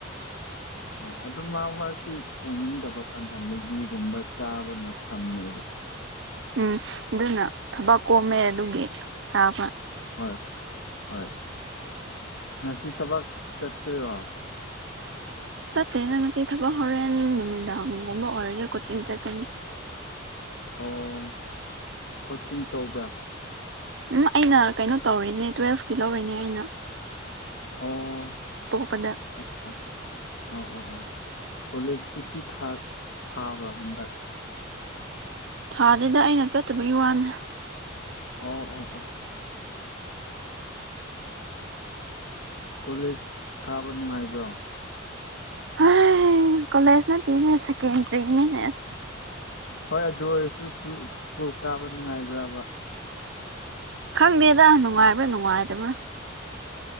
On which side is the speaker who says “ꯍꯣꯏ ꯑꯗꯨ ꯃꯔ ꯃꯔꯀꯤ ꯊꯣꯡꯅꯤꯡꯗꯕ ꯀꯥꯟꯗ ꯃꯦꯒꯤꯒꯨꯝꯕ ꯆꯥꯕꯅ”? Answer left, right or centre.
Left